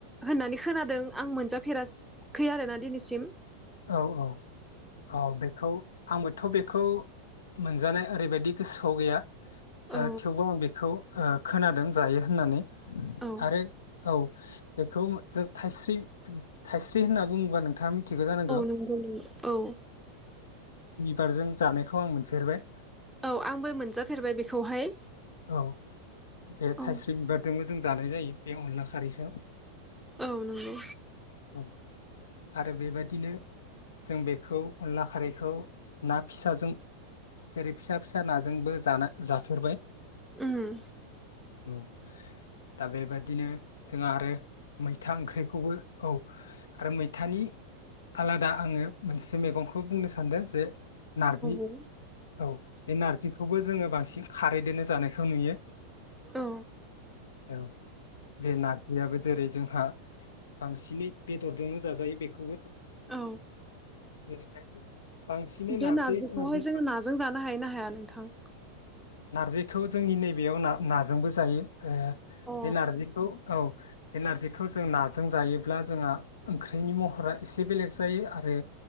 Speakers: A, in the centre; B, on the left.
A: होननानै खोनादों आं मोनजाफेराखै आरोना दिनैसिम
B: औ औ औ बेखौ आंबोथ' बेखौ मोनजानाय ओरैबायदि गोसोआव गैया
A: औ
B: थेवबो आं बेखौ खोनादों जायो होननानै
A: औ
B: आरो औ बेखौ जों थाइस्रि थाइस्रि होनना बुङोबा नोंथाङा मिथिगौ जानांगौ
A: औ नंगौ नों औ।
B: बारजों जानायखौ आं मोनफेरबाय।
A: औ आंबो मोनजाफेरबाय बेखौहाय।
B: औ बे
A: औ
B: थाइस्रि <unintelligible> जोंबो जों जानाय जायो बे अनला खारैखौ।
A: औ नंगौ।
B: औ आरो बेबादिनो जों बेखौ अनला खारैखौ ना फिसाजों जेरै फिसा फिसा नाजोंबो जाना जाफेरबाय।
A: उम।
B: औ दा बेबादिनो जोंहा आरो मैथा ओंख्रिखौबो औ आरो मैथानि आलादा आङो मोनसे मैगंखौ बुंनो सानदों जे नारजि
A: औ
B: औ बे नारजिखौबो जोङो बांसिन खारैदोन जानायखौ नुयो
A: औ
B: औ बे नारजियाबो जेरै जोंहा बांसिनै बेदरजोंनो जाजायो बेखौबो।
A: औ
B: <unintelligible>
A: बे
B: नारजि
A: नारजिखौहाय
B: होननानै बुङोबा
A: जोङो नाजों जानो हायो ना हाया नोंथां।
B: नार्जिखौ जोंनि नैबेयाव ना-नाजोंबो जायो
A: औ
B: बे नारजिखौ औ बे नार्जिखौ जों नाजों जायोब्ला जोंहा ओंख्रिनि महरा एसे बेलेग जायो आरो